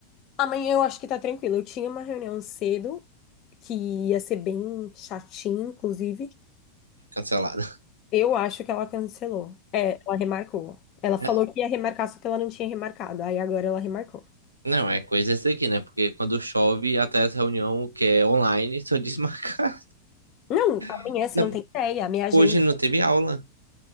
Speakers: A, on the left; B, on the right.
A: Amanhã eu acho que tá tranquilo. Eu tinha uma reunião cedo que ia ser bem chatinha, inclusive.
B: cancelada.
A: Eu acho que ela cancelou. É, ela remarcou. Ela
B: <laughs>
A: falou que ia remarcar, só que ela não tinha remarcado. Aí agora ela remarcou.
B: Não, é coisa essa daqui, né? Porque quando chove, até as reunião que é online são desmarcadas.
A: Não,
B: <laughs>
A: amanhã você
B: Não,
A: não tem ideia. A minha agenda.
B: hoje não teve aula